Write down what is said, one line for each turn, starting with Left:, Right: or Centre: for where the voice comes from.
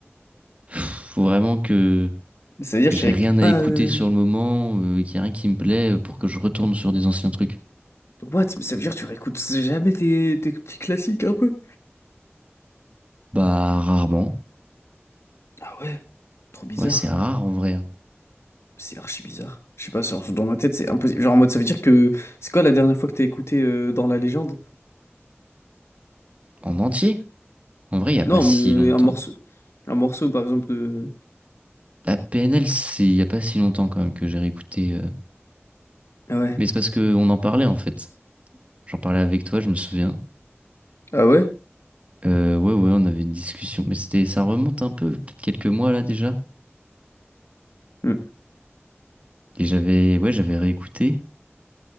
Right: faut vraiment que
Left: Ça veut dire
Right: que
Left: que
Right: j'ai
Left: tu réécoutes
Right: rien
Left: pas...
Right: à écouter
Left: euh,
Right: sur le moment, euh, qu'il y a rien qui me plaît euh, pour que je retourne sur des anciens trucs.
Left: What? Mais ça veut dire que tu réécoutes jamais tes, tes petits classiques un peu?
Right: Bah rarement.
Left: Ah ouais, trop bizarre.
Right: Ouais, c'est rare en vrai. hein.
Left: C'est archi bizarre. Je sais pas, genre, dans ma tête, c'est impossible. Genre en mode, ça veut dire que... C'est quoi la dernière fois que t'as écouté euh, dans la légende?
Right: En entier. En vrai, il y a
Left: Non,
Right: pas si
Left: mais
Right: longtemps.
Left: un morceau. Un morceau, par exemple, de...
Right: La PNL, c'est il y a pas si longtemps quand même que j'ai réécouté. euh,
Left: Ah ouais.
Right: Mais c'est parce que on en parlait en fait. J'en parlais avec toi, je me souviens.
Left: Ah ouais?
Right: Euh, ouais, ouais, on avait une discussion, mais c'était, ça remonte un peu, peut-être quelques mois là déjà.
Left: Hmm.
Right: Et j'avais, ouais, j'avais réécouté.